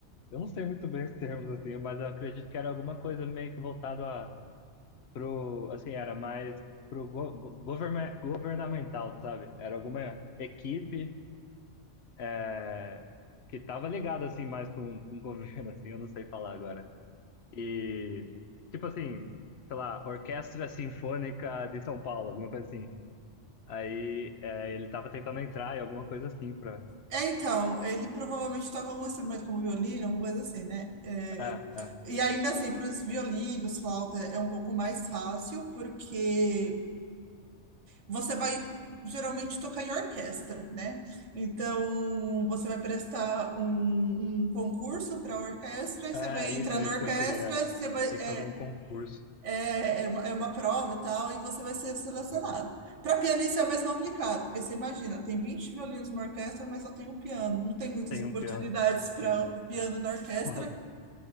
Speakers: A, on the left; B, on the right.
A: Eu não sei muito bem os termos, assim, mas eu acredito que era alguma coisa meio que voltado a. Pro, assim, era mais pro go, go- governa- governamental, sabe? Era alguma equipe é, que estava ligada, assim, mais com, com o governo, assim, eu não sei falar agora. E, tipo assim, sei lá, Orquestra Sinfônica de São Paulo, alguma coisa assim. Aí é, ele tava tentando entrar em alguma coisa assim pra.
B: É, então, ele provavelmente toca algum instrumento como violino, alguma coisa assim, né? É,
A: É,
B: E ainda assim, para os violinos, flauta é um pouco mais fácil, porque você vai geralmente tocar em orquestra, né? Então, você vai prestar um, um concurso para a orquestra, aí
A: é,
B: você vai entrar
A: é isso, é
B: na
A: isso
B: orquestra,
A: que eu queria.
B: você vai,
A: Tem
B: é,
A: que fazer um concurso.
B: é, é, uma, é uma prova e tal, e você vai ser selecionado.
A: né?
B: Para pianista é mais complicado, porque você imagina, tem 20 violinos numa orquestra, mas só tem um piano, não tem muitas
A: Tem
B: oportunidades
A: um piano.
B: para
A: Sim.
B: piano na orquestra.
A: <laughs> Nossa,